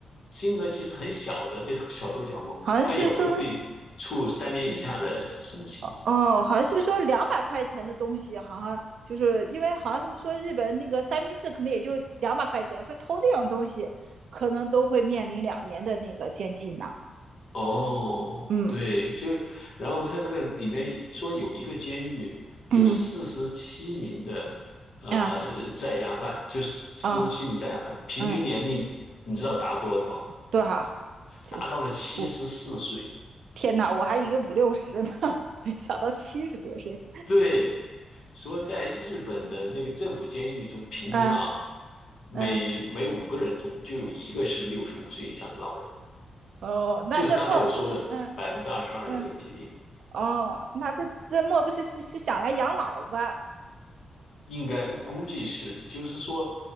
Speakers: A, on the left; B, on the right.
A: 金额即使很小的这种小偷小摸，
B: 好像是是不是？
A: 他也会被处三年以下的刑期。
B: 哦，好像是不是说两百块钱的东西，好像就是因为好像他们说日本那个三明治可能也就两百块钱，说偷这种东西可能都会面临两年的那个监禁呢。
A: 哦，
B: 嗯
A: 对，就然后他这个里面说有一个监狱有四十七名的呃呃在押犯，
B: 嗯啊
A: 就是四十七名在押犯，
B: 啊
A: 平均年龄你知道达多少？
B: 嗯，多少？这是我
A: 达到了七十四岁。
B: 天哪，我还以为五六十呢，<laughs> 没想到七十多岁。
A: 对，说在日本的那个政府监狱中，平均啊，
B: 嗯
A: 每每五个人中就有一个是六十五岁以上的老人，
B: 嗯哦，那这莫不是嗯
A: 就是刚才我说的百分之二十二的这个比例嘛，
B: 嗯哦，那这这莫不是是是想来养老吧？
A: 应该估计是，就是说，